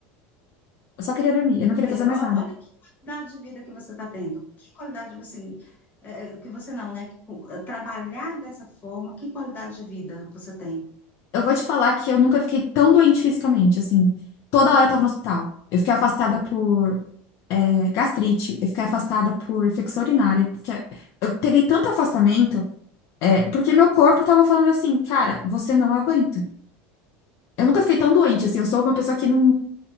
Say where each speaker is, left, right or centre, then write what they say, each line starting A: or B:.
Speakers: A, on the left; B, on the left.
A: Eu só queria dormir, eu
B: Você-
A: não queria fazer mais
B: ó-
A: nada.
B: Olha que qualidade de vida que você está tendo. Que qualidade, tipo assim, é, é, que você não, né? Que co- é, Trabalhar dessa forma, que qualidade de vida você tem?
A: Eu vou te falar que eu nunca fiquei tão doente fisicamente, assim. Toda hora eu tava no hospital. Eu fiquei afastada por é, gastrite, eu fiquei afastada por infecção urinária. Fiquei- Eu peguei tanto afastamento, é, porque meu corpo tava falando assim, cara, você não aguenta. Eu nunca fiquei tão doente, assim, eu sou uma pessoa que não,